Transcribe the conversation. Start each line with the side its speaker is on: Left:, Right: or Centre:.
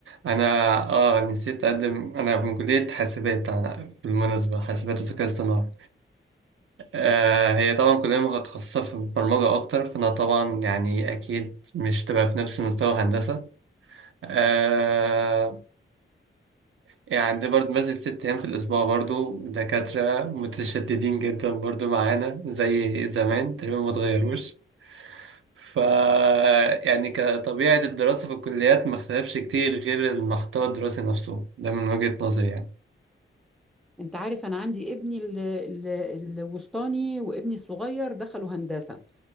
Right: انا اه نسيت اقدم انا من كلية حاسبات أنا بالمناسبة حاسبات وذكاء اصطناعي آه هي طبعا كلية متخصصة في البرمجة اكتر فانا طبعا يعني اكيد مش تبقى في نفس مستوى هندسة آه يعني عندي برضه بنزل ست أيام في الأسبوع برضه دكاترة متشددين جدا برضه معانا زي زمان تقريبا ما اتغيروش ف يعني كطبيعة الدراسة في الكليات ما اختلفش كتير غير المحتوى الدراسي نفسه ده من وجهة نظري يعني
Centre: انت عارف انا عندي ابني ال- ال- الوسطاني وابني الصغير دخلوا هندسة